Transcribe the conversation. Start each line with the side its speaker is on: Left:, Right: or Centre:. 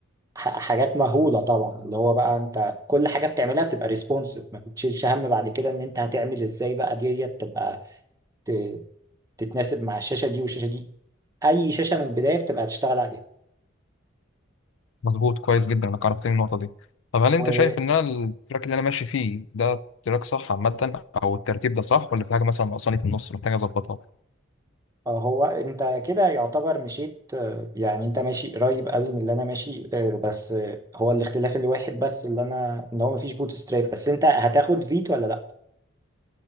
Right: ح- حاجات مهولة طبعا اللي هو بقى انت كل حاجة بتعملها بتبقى ريسبونسيف ما بتشيلش هم بعد كده ان انت هتعمل ازاي بقى دي بتبقى ت- تتناسب مع الشاشة دي والشاشة دي اي شاشة من البداية بتبقى هتشتغل
Left: مظبوط كويس جدا انك عرفتني النقطة دي طب هل انت
Right: عليها
Left: شايف ان انا التراك اللي انا ماشي فيه ده تراك صح عامة او الترتيب ده صح ولا في حاجة مثلا ناقصاني في النص محتاج اظبطها
Right: آه، هو انت كده يعتبر مشيت آه، يعني انت ماشي قريب قوي من اللي انا ماشي آه، بس آه، هو الاختلاف الواحد بس اللي انا ان هو مفيش بوت ستراب بس انت هتاخد فيت ولا لا